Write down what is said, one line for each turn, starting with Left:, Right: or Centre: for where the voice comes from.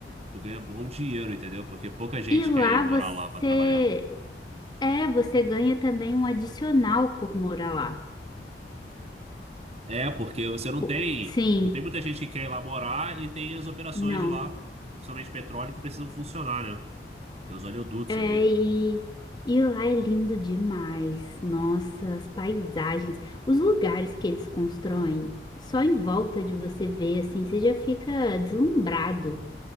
Right: tu ganha bom dinheiro, entendeu? Porque pouca gente
Left: E lá
Right: quer ir morar
Left: você.
Right: lá para trabalhar.
Left: É, você ganha também um adicional por morar lá.
Right: É, porque você não
Left: Po-
Right: tem,
Left: Sim,
Right: não tem muita gente que quer ir lá morar e tem as operações
Left: não.
Right: de lá, principalmente petróleo, que precisam funcionar, né? Tem os oleodutos
Left: É,
Right: ali.
Left: e, e lá é lindo demais. Nossa, as paisagens, os lugares que eles constroem, só em volta de você ver, assim, você já fica deslumbrado.